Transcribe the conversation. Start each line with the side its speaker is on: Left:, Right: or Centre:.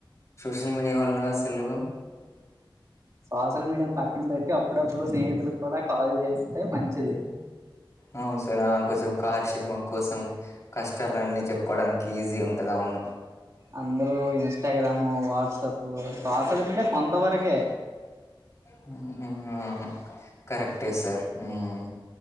Left: సోషల్ మీడియా వాళ్ల్ళ అసలు
Right: సోషల్ మీడియా పక్కన పెట్టి అప్పుడప్పుడు స్నేహితులు కూడా కాల్ చేస్తే మంచిది
Left: అవును సార ఆ కొంచెం కాలక్షేపం కోసం కష్టాలన్నీ చెప్పుకోవడానికి ఈజీ ఉంటుంది అవును
Right: అందరూ ఇన్స్టాగ్రాము వాట్సాప్ సోషల్ మీడియా కొంతవరకే
Left: హ్మ్ కరెక్టే సార్ హ్మ్